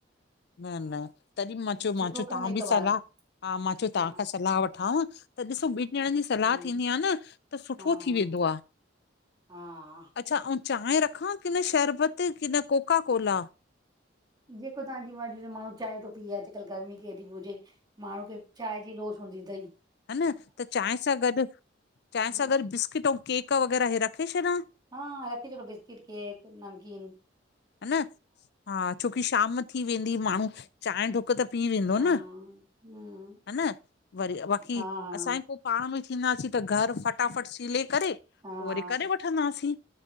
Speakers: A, on the left (about 60°); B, on the right (about 20°).
A: न न -- तॾहिं मां चयो
B: सुठो
A: मां चयो
B: कमु
A: तव्हां
B: हिक
A: बि सलाह
B: बार
A: हा मां चयो
B: हा
A: तव्हां खां सलाहु वठांव त ॾिसो -- ॿिन ॾणन जी सलाह
B: हा
A: थींदी आ न त सुठो
B: हा
A: थी वेंदो आ,
B: हा
A: अच्छा अऊं चांहि रखां की न शरबत की न कोका कोला।
B: जेको तव्हांजी मर्ज़ी हुजे माण्हू चांहि तो पीए अॼकल्ह गर्मी केॾी बि हुजे माण्हू खे चाय -- जी लोश हूंदी तही।
A: हा न त चाहिं सां गॾु, चाहिं
B: हम्म,
A: सां गॾु बिस्किट ऐं केक वग़ैरह हे रखे छॾियां?
B: हा रखे छॾो बिस्किट, केक नमकिन।
A: हा न हा छोकी शाम थी वेंदी माण्हू चांहि डुक त पी वेंदो
B: हा हम्म
A: न। हा न वरी बाक़ी
B: हा हा
A: असांई पो पाण में थींदासीं त घरु फटाफट सीले करे पो
B: हा
A: वरी करे वठंदासीं।